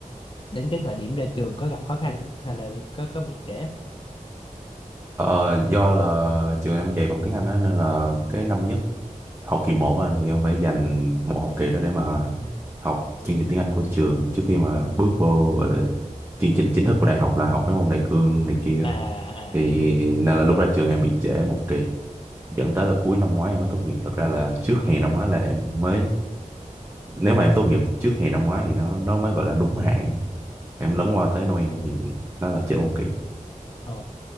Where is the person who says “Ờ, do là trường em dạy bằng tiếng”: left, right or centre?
Right